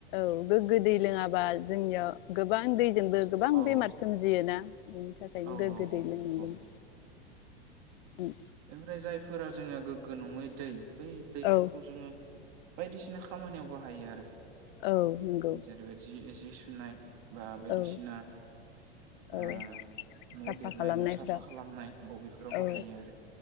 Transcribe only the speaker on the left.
औ गोगो दै लोङाबा जोंनियाव गोबां दै जोंबो गोबां
बेमार सोमजियोना। बेनि थाखायनो
गोग्गो दै
लोंनांगोन
उम।
औ
औ नंगौ
औ औ
साफा
खालामनायफ्राव
औ